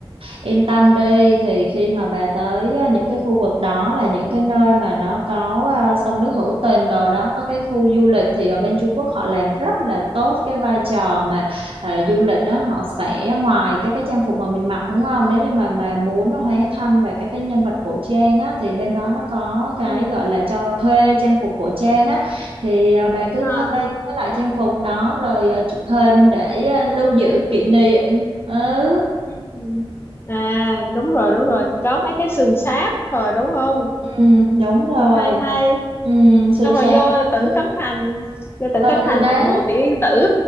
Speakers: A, on the right; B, on the left.
A: Yên tâm đi thì khi mà bà tới à, những cái khu vực đó là những cái nơi mà nó có à, sông nước hữu tình đồ đó có cái khu du lịch thì ở bên Trung Quốc họ làm rất là tốt cái vai trò mà à, du lịch đó họ sẽ ngoài các cái trang phục mà mình mặc đúng không nếu như mà bà muốn nó hóa thân về các cái nhân vật cổ trang á thì bên đó nó có cái
B: ừ,
A: gọi là cho thuê trang phục cổ trang á thì à, bà cứ
B: à,
A: thuê cái loại trang phục đó rồi à, chụp hình để à, lưu giữ kỷ niệm ừ
B: ừ. à đúng rồi đúng rồi có mấy cái sườn sáp rồi đúng không
A: Ừ, đúng rồi.
B: nhìn hay hay
A: Ừ, sườn
B: xong rồi
A: xám.
B: vô Tử
A: Ừ,
B: Cấm Thành vô Tử
A: Ừ,
B: Cấm Thành
A: đấy
B: mặc đồ tiểu yên tử